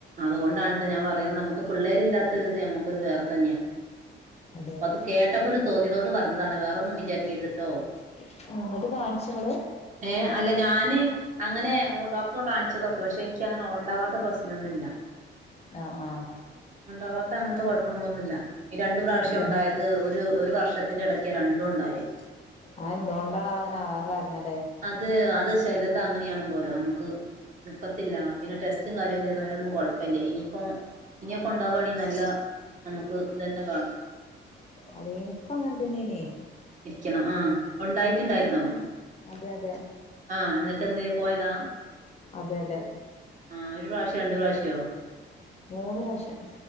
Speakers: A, on the right (about 40°); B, on the left (about 30°).
A: അതുകൊണ്ടാണ് ട്ടൊ ഞാൻ പറയുന്നത് നമുക്ക് പിള്ളേരില്ലത്ത ഒരുരിത് ഞമ്മക്കൊരു വേറെ തന്നെയാ
B: അതെ അതെ
A: അത് കേട്ടപ്പോ ഒരു തോന്നിയതോട് പറഞ്ഞതാണ് വേറൊന്നും വിചാരിക്കരുതിട്ടോ
B: <unintelligible> മ് എന്നിട്ട് കാണിച്ചങ്ങള്?
A: ഏഹ് അല്ല ഞാന് അങ്ങനെ <unintelligible> ഡോക്- കാണിച്ചതൊക്കെ പക്ഷെ എനിക്ക് അങ്ങനെ ഒണ്ടാവാത്തെ പ്രശ്നമൊന്നുല്ല.
B: ആഹ് ആഹ്
A: ഉണ്ടാവാത്ത അങ്ങനത്തെ കുഴപ്പങ്ങളൊന്നുല്ല ഈ ര- രണ്ട്‌ പ്രാവശ്യം
B: അതെ
A: ഉണ്ടായത് ഒരു ഒരു വർഷത്തിന്റെറെ ഇടയ്ക്ക് രണ്ടും ണ്ടായി.
B: അതെന്ദ് കൊണ്ടാ അങ്ങനെ ആവാൻ കാരണംല്ലേ?
A: അത് അത് ചെലത് അങ്ങനെയാണ് പോലും നമുക്ക് നിക്കത്തില്ല പിന്നെ ടെസ്റ്റും കാര്യൊക്കെ ചെയ്‌തു ആയിലൊന്നും കോഴപ്പമില്ല ഇനിയിപ്പോ ഇനിയൊക്കെ ഒണ്ടാകവാണെങ്കി നല്ല നമുക്ക് ഇത് തന്നെ വാണ്
B: അതെ ഇനിക്കും അങ്ങനെ തന്നെയനു
A: ഇരിക്കണം ആഹ് ഉണ്ടായിട്ടുണ്ടായിരുന്നുവോ
B: അങ്ങനെ അതെ അതെ
A: ആഹ് എന്നിട്ട് എന്ത് പോയതാ?
B: അതെ അതെ
A: ആ് ഒരു പ്രാവശ്യം രണ്ട് പ്രാവശ്യോ?
B: മൂന്ന് പ്രാവശ്യം